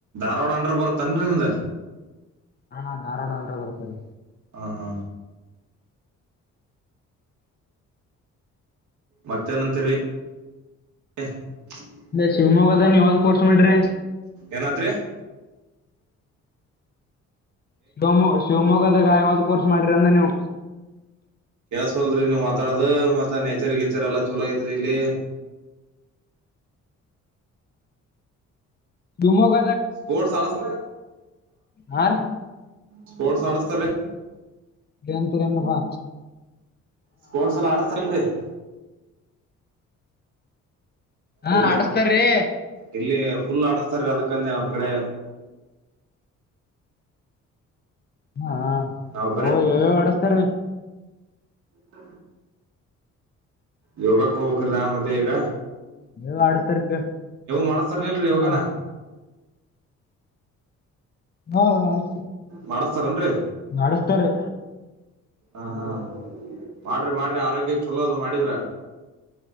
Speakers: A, on the right; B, on the left.
A: ಹಾಡ ಹಂಡ್ರ ಬರುತ್ತನ್ರಿ ನಿಮ್ದ
B: ಹಾ ಹ ನಾರೋಡ ಅಂದ್ರ ಬರ್ತಾರೆ
A: ಆ ಹಾ ಮತ್ತೇನಂತರಿ ಹ <inaudible>
B: ಶಿವಮೊಗ್ಗದ ನೀವ ಹೊಲ್ ಕೋರ್ಸ ಮಾಡೇ್ರಿ
A: ಏನತ್ರರಿ
B: ಶಿವಮೊ ಶಿವಮೊಗ್ಗದಾಗ ಯಾವಾಗ ಕೋರ್ಸ್ ಮಾಡಿ್ರಿ ಅಂದ ನೀವು
A: ಸೋಲ್್ರರಿ ನೀವ್ ಮಾತಾಡದು ಮತ್ತ ನೇಚರ್ ಗೀಚರ್ ಎಲ್ಲ ಚಲೋ ಐತ್ರಿ ಇಲ್ಲಿ
B: ೂಮಗ
A: ಸ್ಪೋರ್ಟ್ ಅಡ್ಸ್
B: ಹಾ ರಿ
A: ಸ್ಪೋರ್ಟ್ಸ್ ಆಡಸ್ತಾರೀ
B: ಂತರ <unintelligible> ಬಾ
A: ಸ್ಪೋರ್ಟ್ಸ್ ಎಲ್ಲ ಆಡಸ್ತಾರಲ್ರಿ <inaudible>
B: ಹಾ
A: ಇಲ್ಲಿ
B: ಆಡಸ್ತಾರ್ರೀ
A: ಇಲ್ಲಿ ಫುಲ್ ಆಡಸ್ತಾರೀ ಅದಕ್ಕಂದೆ ನಮ್ ಕಡೆ
B: ಹಾ
A: ನಾವ್
B: ಯಾವೋ ಯಾವ್ಯಾವ ಆಡಸ್ತಾರ
A: ಹ <inaudible> ಯೋಗ ಕೋಬಕ ಆಲ್ ಮತ್ ಬೇಗ
B: ನೀ ಅಡುತರ್ಕ
A: ಮಾಡಸ್ತಾರನಲ್ರರಿ ಯೋಗನ
B: ಹಾ ಹಾ ಆಡ್ಸ್
A: ಮಾಡಸ್ತಾರನ್ರಿ
B: ಆಡಸ್ತಾರ್ರೀ
A: ಹ ಹಾ ಮಾಡ್ರಿ ಮಾಡ್ರಿ ಆರೋಗ್ಯ ಚಲೋ ಅದು ಮಾಡಿದ್ರ